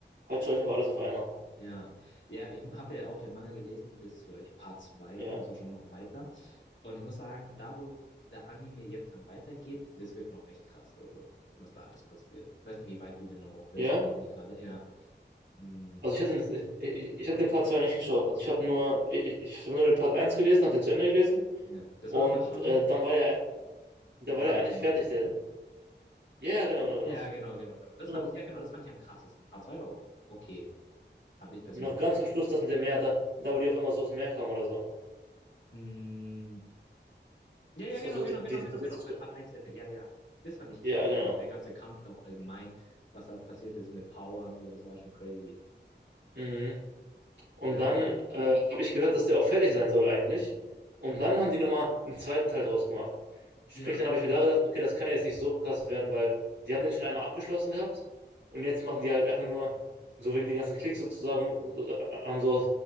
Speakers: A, on the right; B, on the left.
A: halt schaue ich auf alles auf einmal.
B: Ja, ja, ich habe ja auch den Manga gelesen bis, glaube ich, Part zwei
A: Ja.
B: oder noch, also schon noch weiter. Und ich muss sagen, da wo der Anime jetzt dann weitergeht, das wird noch echt krass, also was da alles passiert. Ich weiß nicht, wie weit du genau auch bist,
A: Ja?
B: nämlich gerade. Ja, mm,
A: Also ich habe den, ich, ich habe den Part 2 nicht geschaut. Ich habe nur, ich, ich habe nur den Part eins gelesen, habe den zu Ende gelesen
B: ja, das
A: und
B: war aber schon
A: äh, dann war er,
B: mit
A: da war
B: Makima
A: er eigentlich fertig,
B: und so,
A: der.
B: oder?
A: Ja, ja, genau, genau, genau.
B: Ja, genau, genau, genau. Das
A: Genau.
B: fand ich, ja, genau, das fand ich am krassesten. Part 2 war o- okay, fand ich persönlich.
A: Noch ganz zum Schluss das mit dem Meer, da, da wo die auf einmal so aus dem Meer kamen oder so.
B: Mm, Ja, ja,
A: Das
B: genau,
A: war so
B: genau,
A: die,
B: genau,
A: die, die
B: genau,
A: letzte
B: genau. Bei
A: Stelle.
B: Part eins Ende. Ja, ja. Das fand ich
A: Ja,
B: krass.
A: genau.
B: Also der ganze Kampf da auch allgemein, was da auch passiert ist mit Power und so, das war schon crazy.
A: Mhm. Und
B: Ja,
A: dann
B: aber.
A: äh, habe ich gehört, dass der auch fertig sein soll eigentlich. Und dann haben die nochmal einen zweiten Teil draus gemacht. Sprich,
B: Ja.
A: dann habe ich mir da gedacht, okay, das kann ja jetzt nicht so krass werden, weil die haben den schon einmal abgeschlossen gehabt und jetzt machen die halt einfach nur so wegen den ganzen Klicks sozusagen, äh, haben so,